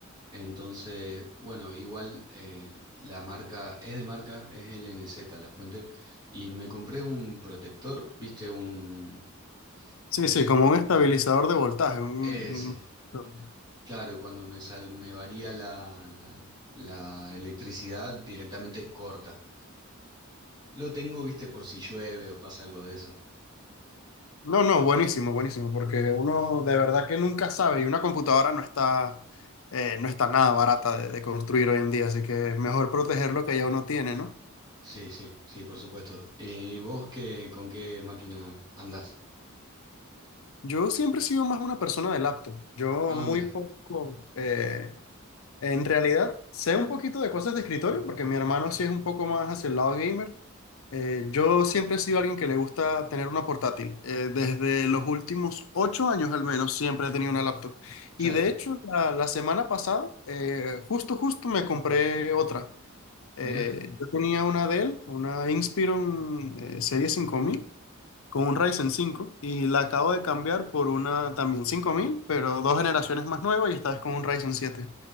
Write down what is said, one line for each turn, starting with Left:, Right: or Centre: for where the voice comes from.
Right: Entonces, bueno, igual eh, la marca es de marca, es LNZ la fuente. Y me compré un protector, ¿viste? Un...
Left: Sí,
Right: ¿Cómo
Left: sí,
Right: se...?
Left: como un estabilizador de voltaje. un-
Right: Ese.
Left: un-
Right: Claro, y cuando me, sal- me varía la, la, la electricidad directamente es corta. Lo tengo, ¿viste? Por si llueve o pasa algo de eso.
Left: No, no, buenísimo, buenísimo, porque uno de verdad que nunca sabe y una computadora no está, eh, no está nada barata de, de construir hoy en día, así que es mejor proteger lo que ya uno tiene, ¿no?
Right: Sí, sí, sí, por supuesto. ¿Y vos qué, con qué máquina andás?
Left: Yo siempre he sido más una persona de laptop. Yo
Right: Ah,
Left: muy
Right: mira,
Left: poco, eh, en realidad, sé un poquito de cosas de escritorio, porque mi hermano sí es un poco más hacia el lado gamer, Eh, yo siempre he sido alguien que le gusta tener una portátil. Eh, desde los últimos ocho años al menos siempre he tenido una laptop. Y
Right: claro.
Left: de hecho, la, la semana pasada, eh, justo, justo me compré otra. Eh,
Right: mira.
Left: yo tenía una Dell, una Inspiron eh, Serie 5000 con un Ryzen 5 y la acabo de cambiar por una también 5000 pero dos generaciones más nueva y esta vez con un Ryzen 7.